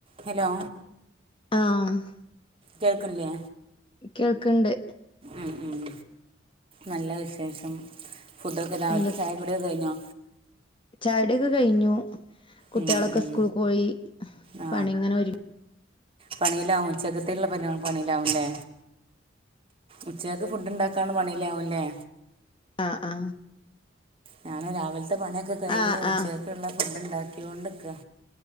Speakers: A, on the right; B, on the left.
A: Hello
B: ആ ആ
A: കേൾക്കുണില്ലേ
B: കേൾക്കണ്ട്
A: ഉം ഉം നല്ല വിശേഷം ഫുഡക്കെ രാവിലത്ത
B: എന്താ
A: ചായകുടിയൊക്കെ കഴിഞ്ഞോ
B: ചായകുടിയൊക്കെ കഴിഞ്ഞു കുട്ടികളൊക്കെ
A: ഉം, ഉം.
B: സ്കൂളിക്ക് പോയി
A: ആ
B: പണി ഇങ്ങനെ ഒരു
A: പണിയിലാവും ഉച്ചകത്തുള്ള പ പണിയിലാവുംല്ലേ ഉച്ചക്ക് ഫുഡ് ഉണ്ടാക്കൻ പണില്ലാവൂല്ലേ
B: ആ ആ
A: ഞാൻ രാവിലത്തെ പണിയൊക്കെ കഴിഞ്ഞ്
B: ആഹ്
A: ഉച്ചയക്കെുള്ള
B: ആഹ്
A: ഫുഡ് ഉണ്ടാക്കികൊണ്ടിരിക്ക